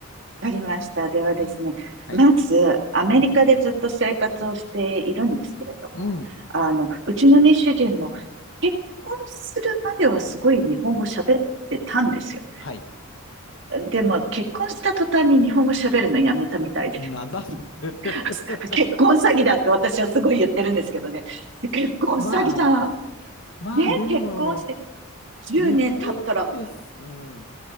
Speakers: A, on the right (about 55°); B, on the left (about 55°).
A: わかりました。ではですね、
B: い。はい。
A: まず、アメリカでずっと生活をしているんですけれども、
B: うん。うん。
A: あの、うちのね、主人も結婚するまではすごい日本語喋ってたんですよ。
B: はい。
A: でも、結婚した途端に日本語喋るのやめたみたいで、
B: なんだそれ
A: <laughs>
B: <laughs>
A: 結婚詐欺だって私はすごい言ってるんですけどね、結婚詐欺じゃん。
B: まあ、まあ、
A: ね、
B: でも、
A: 結婚して10年経ったら、
B: 日本です。うん。